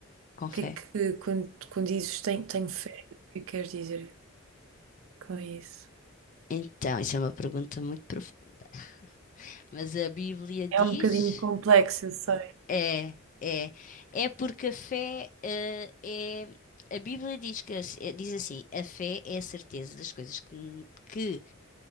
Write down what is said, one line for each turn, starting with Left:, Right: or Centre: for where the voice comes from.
Left: Com
Right: que
Left: fé?
Right: é que, quando, quando dizes tenho, tenho fé, o que é que queres dizer com isso?
Left: Então, isso é uma pergunta muito profunda. Mas a Bíblia diz.
Right: É um bocadinho complexo, eu sei.
Left: É, é. É porque a fé, eh, é. A Bíblia diz que as- eh, diz assim: a fé é a certeza das coisas que, n- que,